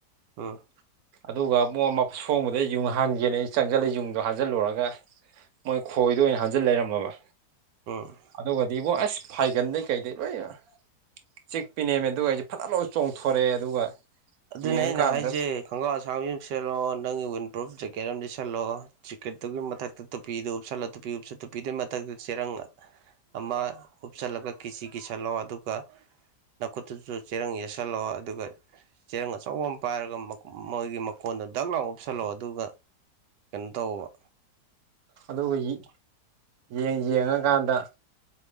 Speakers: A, on the right; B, on the right.
A: ꯎꯝ꯫
B: ꯑꯗꯨꯒ ꯑꯃꯨꯛ ꯃ ꯁꯣꯡꯕꯗ ꯌꯨꯡ ꯍꯥꯟꯒꯦꯅ ꯑꯩ ꯆꯪꯁꯤꯜꯂ ꯌꯨꯡꯗꯣ ꯍꯥꯟꯖꯤꯜꯂꯨꯔꯒ ꯃꯣꯏ ꯈꯣꯏꯗ ꯑꯣꯏꯅ ꯍꯟꯖꯤꯟ ꯂꯩꯔꯝꯃꯕ꯫
A: ꯎꯝ꯫
B: ꯑꯗꯨꯒꯗꯤ ꯏꯕꯣ ꯑꯁ ꯐꯥꯏꯒꯟꯗꯩ ꯀꯩꯗꯩ ꯂꯣꯏ ꯑ꯫ ꯆꯤꯛꯄꯤꯅꯦꯃꯦ ꯑꯗꯨꯒ ꯑꯩꯁꯦ ꯐꯠꯂꯥꯎꯅ ꯆꯣꯡꯊꯣꯔꯛꯑꯦ ꯑꯗꯨꯒ
A: ꯑꯗꯨꯅꯦ
B: ꯌꯦꯡꯉꯀꯥꯟꯗ
A: ꯑꯩꯅ ꯍꯥꯏꯁꯦ꯫ ꯈꯣꯡꯒꯥꯎ ꯑꯁꯥꯡꯕꯤ ꯑꯃ ꯁꯦꯠꯂꯣ ꯅꯪꯒꯤ ꯋꯤꯟ ꯄ꯭ꯔꯨꯐ ꯖꯦꯀꯦꯠ ꯑꯃ ꯂꯤꯠꯁꯜꯂꯛꯑꯣ ꯖꯦꯀꯦꯠꯇꯨꯒꯤ ꯃꯊꯛꯇ ꯇꯨꯄꯤꯗꯨ ꯎꯞꯁꯜꯂꯣ ꯇꯨꯄꯤ ꯎꯞꯁ ꯇꯨꯄꯤꯗꯨꯒꯤ ꯃꯊꯛꯇꯗ ꯆꯦꯔꯪ ꯑꯃ ꯎꯞꯁꯜꯂꯒ ꯀꯤꯁꯤ ꯀꯤꯁꯜꯂꯣ ꯑꯗꯨꯒ ꯅꯥꯈꯨꯠꯇꯨꯁꯨ ꯆꯦꯔꯪ ꯌꯦꯠꯁꯜꯂꯣ ꯑꯗꯨꯒ ꯆꯦꯔꯪ ꯑꯆꯧꯕ ꯑꯃ ꯄꯥꯏꯔꯒ ꯃ ꯃꯣꯏꯒꯤ ꯃꯀꯣꯟꯗꯣ ꯗꯛ ꯂꯥꯎ ꯎꯞꯁꯜꯂꯛꯑꯣ ꯑꯗꯨꯒ ꯀꯩꯅꯣ ꯇꯧꯑꫭꯕ꯫
B: ꯑꯗꯨꯒ ꯌꯤ ꯌꯦꯡ ꯌꯦꯡꯉꯀꯥꯟꯗ